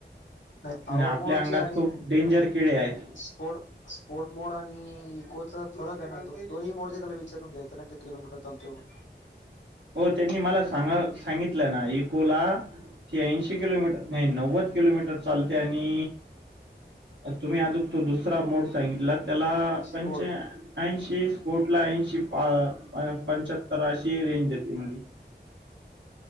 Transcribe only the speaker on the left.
नाही पावर
मोडची
आणि
म्हणजे
स्पोर्ट स्पोर्ट मोड आणि इकोचा फरक आहे ना. दोन्ही मोडचे त्याला विचारून घ्यायचं. त्या ना किती किलोमीटर चालते म्हणून.
स्पोर्ट